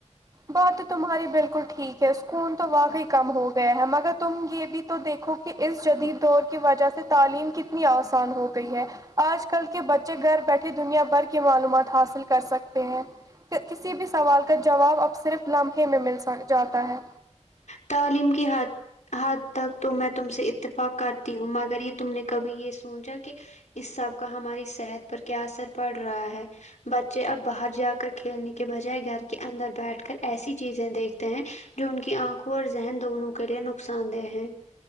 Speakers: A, on the right; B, on the left.
A: بات تو تمہاری بالکل ٹھیک ہے سکون تو واقعی کم ہو گیا ہے مگر تم یہ بھی تو دیکھو کہ اس جدید دور کی وجہ سے تعلیم کتنی آسان ہو گئی ہے آج کل کے بچے گھر بیٹھے دنیا بھر کی معلومات حاصل کر سکتے ہیں کسی بھی سوال کا جواب اب صرف لمحے میں مل سک جاتا ہے
B: تعلیم کے ہاتھ حد تک تو میں تم سے اتفاق کرتی ہوں مگر یہ تم نے کبھی یہ سوچا کہ اس سب کا ہماری صحت پر کیا اثر پڑ رہا ہے بچے اب باہر جا کر کھیلنے کے بجائے گھر کے اندر بیٹھ کر ایسی چیزیں دیکھتے ہیں جو ان کی آنکھوں اور ذہن دونوں کے لیے نقصان دہ ہیں